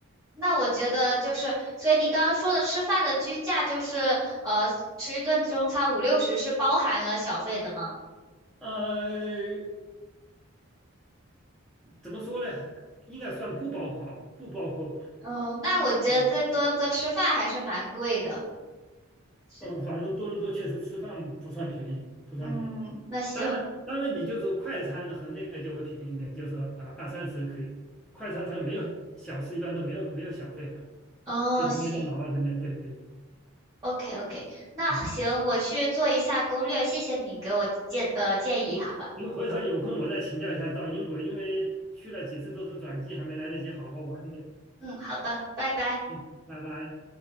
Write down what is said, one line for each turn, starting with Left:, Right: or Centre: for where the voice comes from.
Right: 那我觉得就是，所以你刚刚说的吃饭的均价就是，呃，吃一顿中餐五六十是包含了小费的吗？
Centre: 呃，怎么说呢？应该算不包括，不包括吧？
Right: 嗯，那我觉得在多伦多吃饭还是蛮贵的。
Centre: 啊，
Right: 是的，
Centre: 嗯，反正多伦多确实吃饭不算便宜，不算便宜。
Right: 嗯，那行，
Centre: 当然，当然，你就说快餐和那个就会便宜一点，就是说啊二三十可以。快餐它没有小吃，一般都没有没有小费嘛，
Right: 哦，
Centre: 就像麦当劳啊等等，
Right: 行
Centre: 对对，
Right: ，OK OK，那行，
Centre: 嗯，
Right: 我去做一下攻略，谢谢你给我建的建议，
Centre: 您您回头有空我再请教一下到英国，
Right: 好吧？
Centre: 因为去了几次都是转机，还没来得及好好玩的。
Right: 嗯，好的，拜拜。
Centre: 嗯，拜拜。